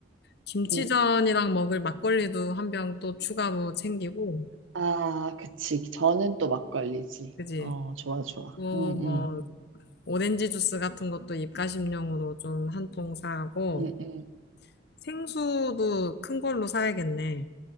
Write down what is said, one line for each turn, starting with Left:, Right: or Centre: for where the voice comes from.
Left: 김치전이랑
Right: 응.
Left: 먹을 막걸리도 한 병 또 추가로 챙기고,
Right: 아, 그치. 저는 또 막걸리지.
Left: 그지?
Right: 어, 좋아, 좋아.
Left: 또뭐
Right: 응, 응,
Left: 오렌지 주스 같은 것도 입가심용으로 좀 한 통 사고,
Right: 응, 응.
Left: 생수도 큰 걸로 사야겠네.